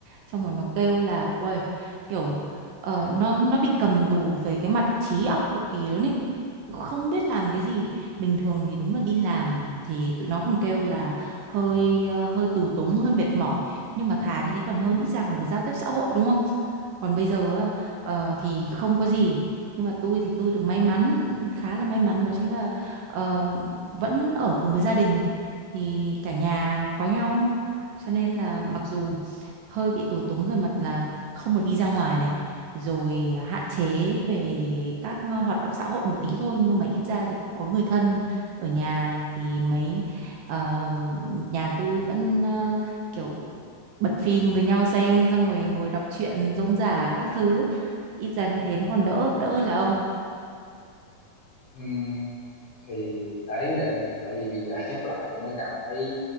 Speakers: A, on the right; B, on the left.
A: xong rồi nó kêu là uầy kiểu ờ, nó nó bị cầm tù về cái mặt trí óc cực kỳ luôn ấy không biết làm cái gì bình thường thì đúng là đi làm thì tụi nó còn kêu là hơi ờ, hơi tù túng hơi mệt mỏi nhưng mà thà như thế còn hơn ít ra còn được giao tiếp xã hội đúng không còn bây giờ á, ờ, thì không có gì nhưng mà tôi thì tôi được may mắn khá là may mắn đó chính là ờ, vẫn ở cùng với gia đình thì cả nhà có nhau cho nên là mặc dù hơi bị tù túng về mặt là không được đi ra ngoài này rồi hạn chế về các hoạt động xã hội một tí thôi nhưng mà ít ra thì cũng có người thân ở nhà thì mấy ờ, nhà tôi vẫn ờ, kiểu bật phim với nhau xem xong rồi ngồi đọc truyện rông rả các thứ ít ra như thế nó còn đỡ đỡ hơn là ông
B: Ừm, thì đấy là bởi vì bây giờ <laughs> chắc lại tôi mới cảm thấy